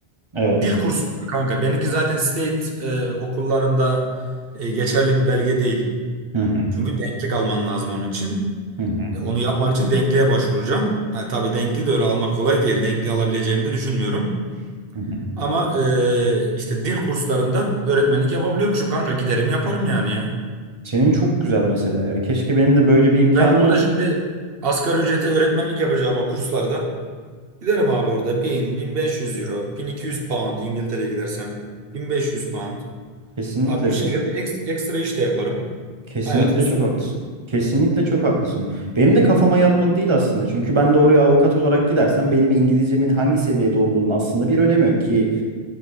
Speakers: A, on the right; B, on the right.
A: Evet.
B: Dil kursu kanka. Benimki zaten state e, okullarında e, geçerli bir belge değil.
A: Hı hı,
B: Çünkü denklik alman lazım onun için.
A: hı hı,
B: E, Onu yapmak için denkliğe başvuracağım. Ha, tabii denkli de öyle almak kolay değil. Denkli alabileceğimi de düşünmüyorum.
A: hı hı.
B: Ama eee, işte dil kurslarında öğretmenlik yapabiliyormuşum kanka. Giderim yaparım yani ya.
A: Senin çok güzel mesela ya. Keşke benim de böyle bir imkanım
B: Ben burada
A: ol.
B: şimdi asgari ücrete öğretmenlik yapacağıma kurslarda giderim abi orada bin bin beş yüz euro, 1200 pound İngiltere'ye gidersem 1500 pound.
A: Kesinlikle,
B: Abi bir şekilde ek- ekstra iş de yaparım.
A: kesinlikle
B: Hayatımı sürdürürüm.
A: çok haklısın. Kesinlikle çok haklısın. Benim de kafama yatmadı değil aslında. Çünkü ben de oraya avukat olarak gidersem benim İngilizcemin hangi seviyede olduğunun aslında bir önemi yok ki